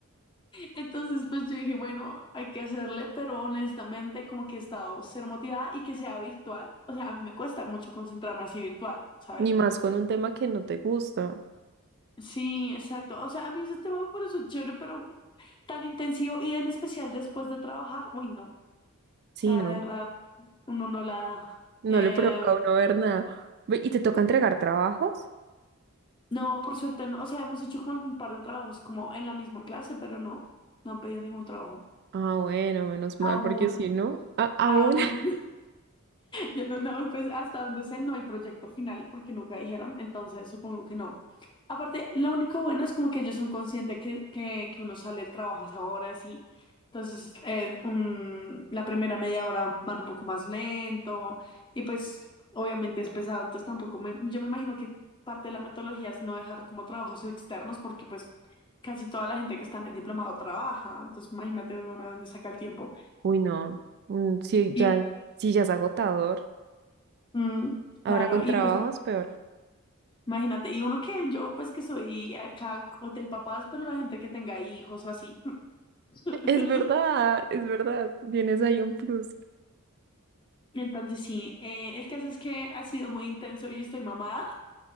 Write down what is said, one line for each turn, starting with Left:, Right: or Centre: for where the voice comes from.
Left: entonces pues yo dije, bueno, hay que hacerle, pero honestamente como que he estado ser motivada y que sea virtual. O sea, a mí me cuesta mucho concentrarme así virtual, ¿sabes?
Right: Ni más con un tema que no te gusta.
Left: Sí, exacto. O sea, a mí ese tema por eso es chévere, pero tan intensivo y en especial después de trabajar, uy, no. O
Right: Sí,
Left: sea,
Right: no.
Left: de verdad, uno no la da.
Right: No
Left: Eh,
Right: le provoca a uno ver nada. Ve, ¿Y te toca entregar trabajos?
Left: no, por suerte no. O sea, hemos hecho como algún par de trabajos como en la misma clase, pero no, no han pedido ningún trabajo.
Right: Ah, bueno, menos mal,
Left: Aún,
Right: porque si no, a- aún.
Left: aún.
Right: <laughs>
Left: Ya No, no, pues hasta donde sé, no hay proyecto final porque nunca dijeron, entonces supongo que no. Aparte, lo único bueno es como que ellos son conscientes que, que, que uno sale del trabajo a esa hora, así. Entonces, eh, un- la primera media hora van un poco más lento y pues obviamente es pesado, entonces tampoco me, yo me imagino que parte de la metodología es no dejar como trabajos externos porque pues casi toda la gente que está en el diplomado trabaja, entonces imagínate uno de dónde saca el tiempo.
Right: Uy, no. Mm, Sí,
Left: Y
Right: ya, sí, ya es agotador.
Left: mm,
Right: Ahora
Left: claro,
Right: con
Left: y
Right: trabajos,
Left: pues
Right: peor. <laughs>
Left: Imagínate, y uno que yo, pues que soy acá hotel papás, pero la gente que tenga hijos o así. <laughs>
Right: Es verdad, es verdad. Tienes ahí un plus.
Left: Entonces sí, eh, el caso es que ha sido muy intenso y estoy mamada